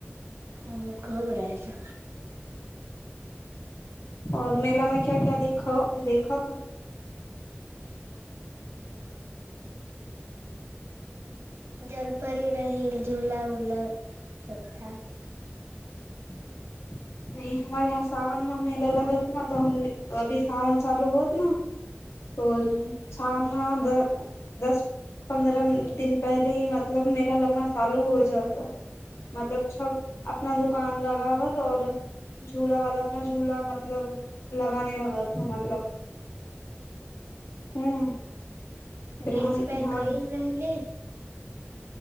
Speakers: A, on the right; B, on the left.
A: ओ कबराति
B: और मेला मे क्या क्या देखा देखतऽह
A: जल परे रहिए झूला उला सबथा
B: ह <unintelligible> नहि हमारे यहाँ सावन म मेल लगत न तऽ हम अभी सावन चालू होत न <inaudible> तो
A: हम्म
B: <inaudible> छानादर <unintelligible> मतलब छब अपना दुकान लगावत और झूला वाला अपना झूला मतलब लगे लगा मतलब ह फिर
A: बीचपे
B: हम यहाँ
A: गई रहली